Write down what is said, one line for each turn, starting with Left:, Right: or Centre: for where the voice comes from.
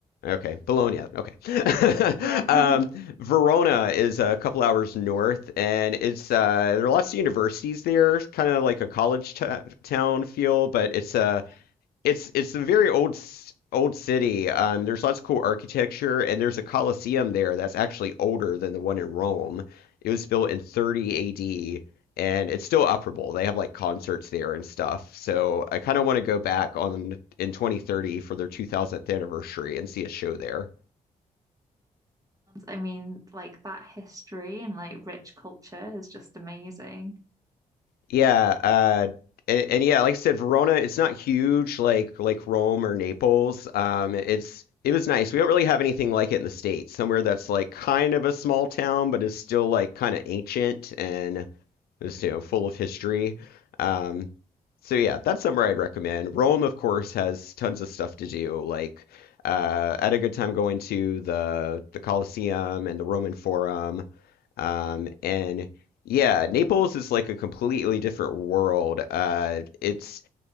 Left: Okay, Bologna. Okay. <laughs>
Right: Yeah.
Left: Um,
Right: <laughs> oh
Left: Verona is a couple hours north, and it's uh, there are lots of universities there, kind of like a college t town feel, but it's uh,
Right: yeah.
Left: it's it's a very old s- old city. Um, there's lots of cool architecture, and there's a Colosseum there that's actually older than the one in Rome. It was built in 30 AD, and it's still operable. They have like concerts there and stuff. So I kind of want to go back on in 2030 for their 2000th anniversary and see a show there.
Right: I mean, like that history and like rich culture is just amazing.
Left: Yeah, uh, and, and yeah, like I said, Verona, it's not huge like like Rome or Naples. Um, it's it was nice. We don't really have anything like it in the States. Somewhere that's like kind of a small town, but is still like kind of ancient and it's you know full of history. Um, so yeah, that's somewhere I'd recommend. Rome, of course, has tons of stuff to do. Like uh, I had a good time going to the the Colosseum and the Roman Forum. Um, and yeah, Naples is like a completely different world. Uh, it's